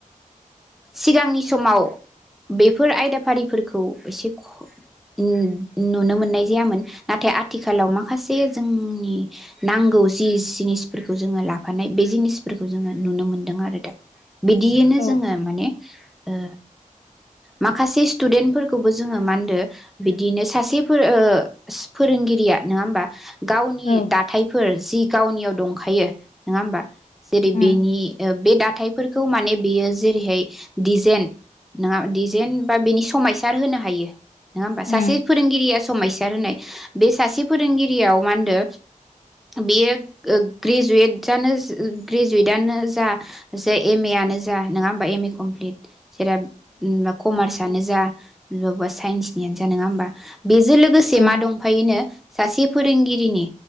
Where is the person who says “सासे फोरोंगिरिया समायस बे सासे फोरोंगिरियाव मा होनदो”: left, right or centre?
Centre